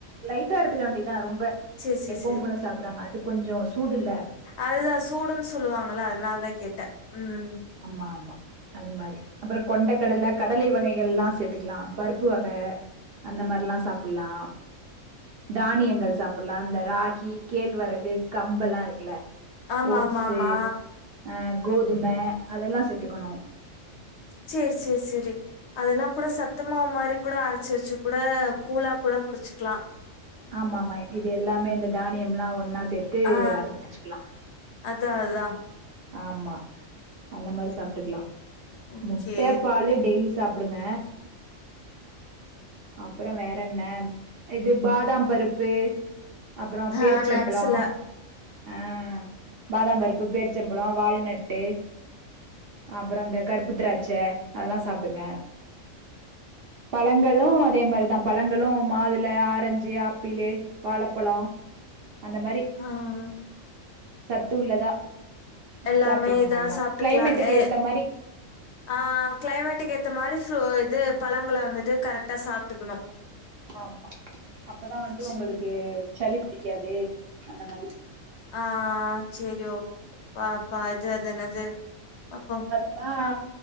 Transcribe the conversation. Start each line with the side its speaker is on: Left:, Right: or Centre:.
Right: லைட்டா எடுத்துக்க வேண்டியதா ரொம்ப
Left: சரி, சரி,
Right: எப்போவும்போல
Left: சரி.
Right: சாப்புடாம அது கொஞ்சோ சூடுல்ல
Left: அதுதா சூடுன் சொல்வாங்கள அதுனாலதா கேட்டே உம்
Right: அம்மா ஆமா அது மாரி அப்பறோ கொண்டக்கடல கடலை வகைகள்லா சேத்துக்கலா பருப்பு வக அந்த மாரிலா சாப்புட்லா தானியங்கள் சாப்புட்லா இந்த ராகி கேழ்வரகு கம்பலா இருக்குல
Left: ஆமா,
Right: ஓட்ஸு
Left: ஆமா, ஆமா.
Right: ஆ கோதும அதெல்லா சேத்துக்கனூ
Left: சேர் சேர் சேரி அதெல்லா கூட சத்துமாவு மாரி கூட அரச்சு வச்சு கூட கூழா கூட குடிச்சுக்லா
Right: ஆமாமா இது எல்லாமே இந்த தானியம்லா ஒன்னா சேத்து
Left: ஆ
Right: அரச்சுக்லா
Left: அதா அதா
Right: ஆமா அந்த மாரி சாப்டுக்லா
Left: ஓகே
Right: முட்ட பாலு டெய்லி சாப் புடுங்க அப்புறோ வேறென்ன இது பாதாம் பருப்பு அப்றோ
Left: ஆ
Right: பேரிச்சம்பழோ
Left: நட்ஸ்ல
Right: ஆ பாதாம்பருப்பு பேரிச்சம்பழோ வால்நட்டு அப்பறோ அந்த கருப்பு திராட்ச அதல்லா சாப்டுங்க பழங்களு அதே மாரிதா பழங் களு மாதுள ஆரஞ்சி ஆப்பிளு வாழப்பழோ அந்த மாரி
Left: ஆ ஆ ஆ
Right: சத்து உள்ளதா
Left: எல்லாமே
Right: சாப்டுக்கோங்க
Left: இதா
Right: எல்லா
Left: சாப்ட்டுக்கலா
Right: கிளைமேட்டுக்கு
Left: ஏ
Right: ஏத்த மாரி
Left: ஆ கிளைமேட்டுக்கு ஏத்த மாரி சோ இது பழங்கள வந்துட்டு கரெக்டா சாப்டுக்கணு
Right: ஆமா அப்பதா வந்து
Left: சே
Right: ஒங்களுக்கு சளி புடிக்காது அந்த மாரி
Left: ஆ சேரி ஓகே பாப்பா இது அது என்னது பாப்போ
Right: தா